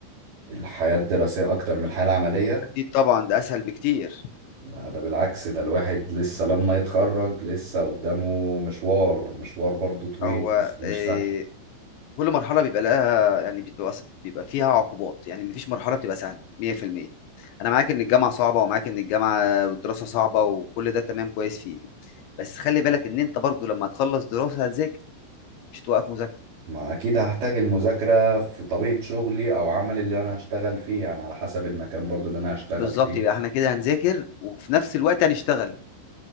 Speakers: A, on the right; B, on the left.
A: الحياة الدراسية أكتر من الحياة العملية
B: اكيد طبعا ده اسهل بكتير
A: لا ده بالعكس ده الواحد لسه لما يتخرج لسه قدامه مشوار مشوار برضو طويل
B: هو
A: لسه مش
B: إيه
A: سهل
B: كل مرحلة بيبقى لها يعني بتبقى بيبقى فيها عقوبات يعني مفيش مرحلة بتبقى سهلة 100% أنا معاك إن الجامعة صعبة ومعاك إن الجامعة والدراسة صعبة وكل ده تمام كويس فيه بس خلي بالك إن أنت برضو لما تخلص دراسة هتذاكر مش توقف مذاكرة
A: ما اكيد هحتاج المذاكرة في طبيعة شغلي او عمل اللي انا هشتغل فيه يعني على حسب المكان برضو اللي انا هشتغل
B: بالظبط
A: فيه
B: يبقى إحنا كده هنذاكر وفي نفس الوقت هنشتغل